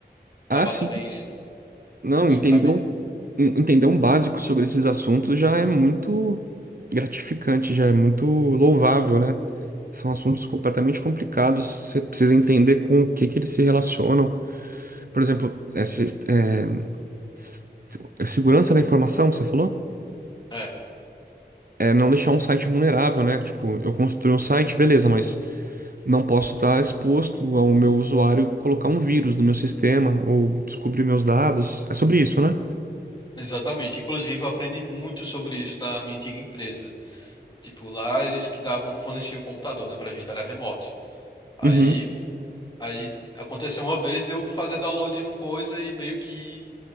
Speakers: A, on the left (about 25°); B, on the right (about 55°).
A: levar
B: Ah, sim.
A: também isso,
B: Não,
A: isso
B: entendeu
A: para a vida.
B: en- entender um básico sobre esses assuntos já é muito gratificante, já é muito louvável, né? São assuntos completamente complicados, você precisa entender com o que que eles se relacionam. Por exemplo, essa, é, s- segurança da informação que você falou?
A: É,
B: É não deixar um site vulnerável, né? Tipo, eu construí um site, beleza, mas não posso estar exposto ao meu usuário colocar um vírus no meu sistema ou descobrir meus dados. É sobre isso, né?
A: exatamente. Inclusive, eu aprendi muito sobre isso na minha antiga empresa. Tipo, lá eles que davam forneciam o computador, né, pra gente, era remoto. Aí
B: Uhum.
A: Aí aconteceu uma vez de eu fazer download de uma coisa e meio que